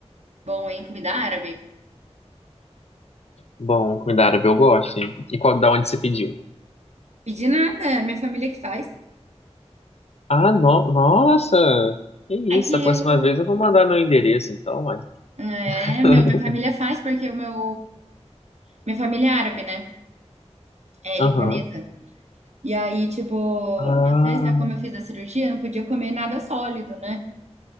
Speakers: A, on the right; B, on the left.
A: bom, hein? Comida árabe.
B: bom, comida árabe eu gosto, hein? E qual, da onde você pediu?
A: Pedi nada, é minha família que faz.
B: Ah, no, nossa! Que
A: É
B: isso,
A: que
B: a próxima
A: eu...
B: vez eu vou mandar meu endereço, então, uai.
A: É,
B: <laughs>
A: meu, minha família faz porque o meu... Minha família é árabe, né? É
B: Aham.
A: libanesa. E aí, tipo,
B: Ah,
A: na sexta, como eu fiz a cirurgia, eu não podia comer nada sólido, né?